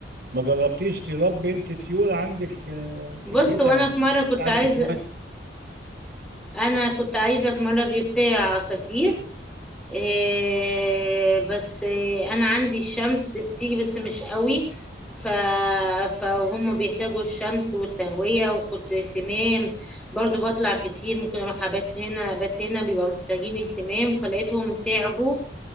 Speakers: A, on the right; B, in the centre.
A: ما جربتيش تربي انت طيور عندك آه، في
B: بص
A: البيت
B: وانا
A: انا شايف
B: في مرة كنت
A: عندك
B: عايزة
A: وقت
B: انا كنت عايزة في مرة جبت عصافير إيه بس إيه انا عندي الشمس بتيجي بس مش قوي ف... فهم بيحتاجوا الشمس والتهوية وكنت اهتمام برضو بطلع كتير ممكن اروح ابات هنا ابات هنا بيبقى محتاجين اهتمام فلقيتهم تعبوا